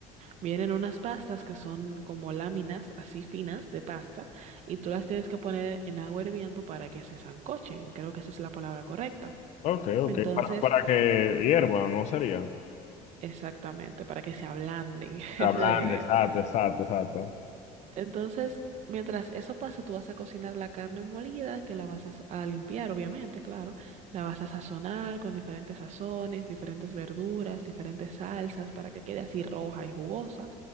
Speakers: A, on the right (about 45°); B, on the left (about 45°).
A: Vienen unas pastas que son como láminas así finas de pasta y tú las tienes que poner en agua hirviendo para que se sancochen. Creo que esa es la palabra correcta.
B: Ok, ok.
A: Entonces,
B: Para, para que hierva, ¿no sería?
A: exactamente, para que se ablanden. <laughs>
B: La
A: Esa es
B: blanda,
A: la idea.
B: exacto, exacto, exacto.
A: Entonces, mientras eso pasa, tú vas a cocinar la carne molida, que la vas a, s- a limpiar, obviamente, claro. La vas a sazonar con diferentes sazones, diferentes verduras, diferentes salsas para que quede así roja y jugosa.